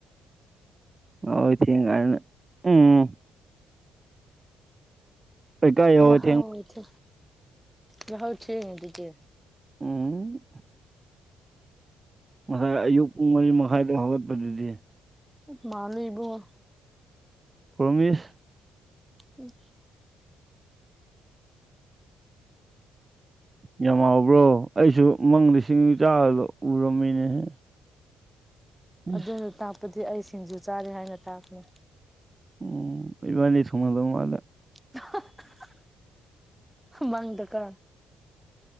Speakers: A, on the right; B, in the centre.
A: ꯌꯥꯍꯧꯊꯦꯡ ꯀꯥꯏꯅ ꯎꯝ ꯀꯩꯀꯥꯏ ꯌꯧꯔꯦ
B: ꯌꯥꯍꯧꯊꯦꯡ
A: ꯊꯦꯡ
B: ꯌꯥꯍꯧ ꯊꯦꯡꯉꯤꯗꯨꯗꯤ
A: ꯎꯝ ꯉꯁꯥꯏ ꯑꯌꯨꯛ ꯄꯨꯡ ꯃꯔꯤ ꯃꯈꯥꯏꯗꯣ ꯍꯧꯒꯠꯄꯗꯨꯗꯤ
B: ꯃꯥꯜꯂꯦ ꯏꯕꯨꯡꯉꯣ
A: ꯄ꯭ꯔꯣꯃꯤꯁ
B: <unintelligible>
A: ꯌꯥꯝ ꯍꯥꯎꯕ꯭ꯔꯣ ꯑꯩꯁꯨ ꯃꯪꯗ ꯁꯤꯡꯖꯨ ꯆꯥꯔꯒ ꯎꯔꯝꯃꯤꯅꯦꯍꯦ
B: ꯑꯗꯨꯅ
A: ꯏꯁ
B: ꯇꯥꯛꯄꯗꯤ ꯑꯩ ꯁꯤꯡꯖꯨ ꯆꯥꯔꯤ ꯍꯥꯏꯅ ꯇꯥꯛꯄꯅꯤ
A: ꯎꯝ ꯏꯕꯥꯅꯤ ꯊꯨꯡꯅꯗꯧ ꯃꯥꯜꯂꯦ
B: <unintelligible> ꯃꯪꯗꯀꯣ